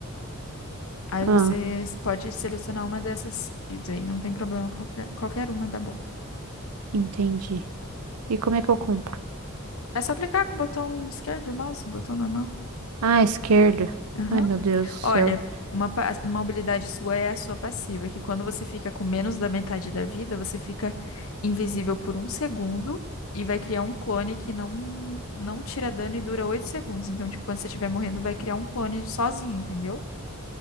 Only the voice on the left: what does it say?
Aí
você pode selecionar uma dessas fields aí, não tem problema, qualquer, qualquer uma dá bom.
É só clicar com o botão esquerdo do mouse, botão normal.
Aham.
Olha, uma, pa- uma habilidade sua é a sua passiva, que quando você fica com menos da metade da vida, você fica invisível por um segundo e vai criar um clone que não, não tira dano e dura oito segundos. Então, tipo, quando você estiver morrendo, vai criar um clone sozinho, entendeu?